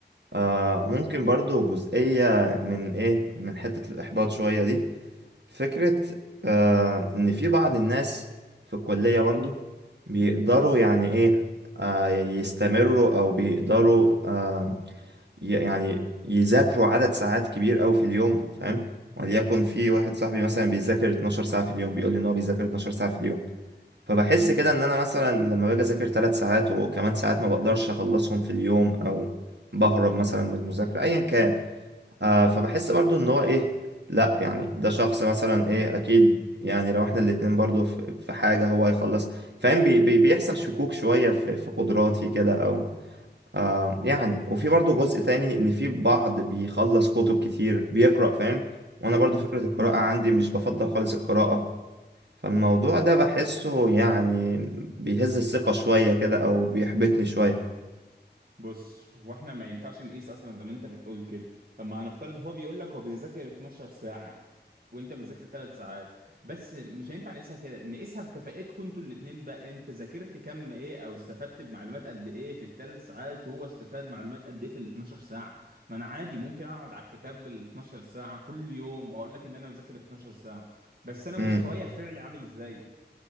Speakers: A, on the right; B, on the right.
A: آه ممكن برضو جزئية من إيه من حتة الإحباط شوية دي فكرة آه إن في بعض الناس في الكلية برضو بيقدروا يعني إيه آه يستمروا أو بيقدروا آه ي- يعني يذاكروا عدد ساعات كبير أوي في اليوم فاهم وليكن في واحد صاحبي مثلا بيذاكر 12 ساعة في اليوم بيقول لي إن هو بيذاكر 12 ساعة في اليوم فبحس
B: مم.
A: كده ان انا مثلا لما باجي اذاكر ثلاث ساعات وكمان ساعات ما بقدرش اخلصهم في اليوم او بهرب مثلا من المذاكرة ايا كان آه فبحس برضو ان هو ايه لا يعني ده شخص مثلا ايه اكيد يعني لو احنا الاتنين برضو في في حاجة هو هيخلص فاهم بي بي بيحصل شكوك شوية في في قدراتي كده او آه يعني وفي برضو جزء تاني ان في بعض بيخلص كتب كتير بيقرأ فاهم وانا برضو فكرة القراءة
B: مم.
A: عندي مش بفضل خالص القراءة فالموضوع ده بحسه يعني بيهز الثقة شوية كده أو بيحبطني شوية
B: بص هو احنا ما ينفعش نقيس اصلا زي ما انت بتقول كده لما هنفترض هو بيقول لك هو بيذاكر 12 ساعة وانت بتذاكر 3 ساعات بس مش هينفع نقيسها كده نقيسها بكفاءتكم انتوا الاتنين بقى انت ذاكرت كم ايه او استفدت بمعلومات قد ايه في الثلاث ساعات وهو استفاد معلومات قد ايه في ال 12 ساعة ما انا عادي ممكن اقعد على الكتاب بال 12 ساعة كل يوم واقول لك ان انا بذاكر 12 ساعة بس انا مستواي
A: امم
B: الفعلي عامل ازاي